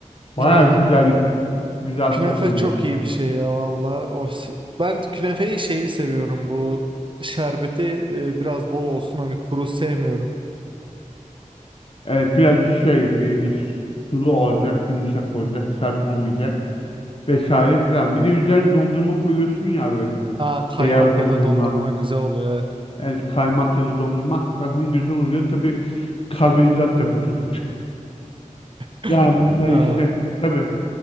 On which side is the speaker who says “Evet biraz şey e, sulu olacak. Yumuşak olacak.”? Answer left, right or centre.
Left